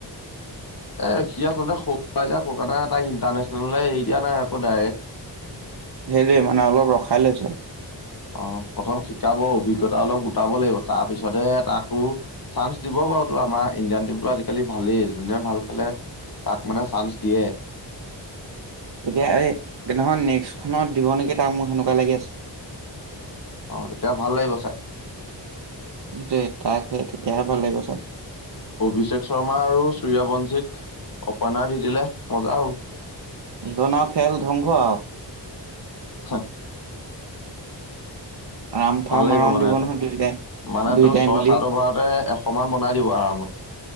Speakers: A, on the left; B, on the right.
A: এ সি আচলতে খ ফুকানা এ তাই ইণ্টাৰনেচনেল এৰি দিয়া নাই আকৌ ডাইৰেক্ট
B: সেইটোৱে মানে অলপ ৰখাই লৈছে।
A: অ', প্ৰথম শিকাব অভিজ্ঞতা অলপ গোটাব লাগিব তাৰ পিছতহে তাকো চান্স দিব অ', টো আমাৰ ইণ্ডিয়ান টিমতটো আজিকালি ভালেই যোনে ভাল খেলে তাক মানে চান্স দিয়ে।
B: <inaudible> এতিয়া এই নহয় নেক্সটখনত দিব নেকি তাক মোক হেনেকুৱা লাগি আছে।
A: অ', তেতিয়া ভাল লাগিব চাই।
B: সটোয় তাকে তেতিয়াহে ভাল লাগিব চও
A: অভিষেক শৰ্মা আৰু সূৰ্যবংশীক অপেনাৰ দি দিলে মজা হ'ব।
B: ই খন ৰ খেল ধ্বংস আৰু।
A: হে।
B: ৰামফা
A: ভাল লাগিব
B: মাৰণ
A: মানে
B: দিব
A: এইটো
B: নহয় দুইটাই
A: মানে
B: দুইটাই
A: তোৰ ছয়
B: মিলি
A: সাত অভাৰতে সমান বনাই দিব আৰামত ।